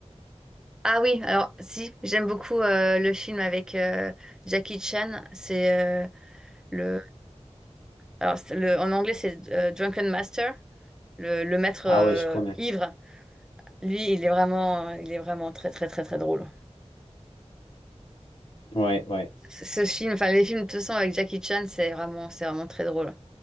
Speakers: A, in the centre; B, on the left.
A: Ah oui, alors si, j'aime beaucoup euh, le film avec euh, Jackie Chan. C'est euh, le... Alors, c'est le... en anglais, c'est euh, Drunken Master, le, le maître
B: Ah
A: euh,
B: ouais, je connais.
A: ivre. Lui, il est vraiment, il est vraiment très, très, très, très drôle.
B: Ouais, ouais.
A: Ce ce film, enfin les films de toute façon avec Jackie Chan, c'est vraiment, c'est vraiment très drôle.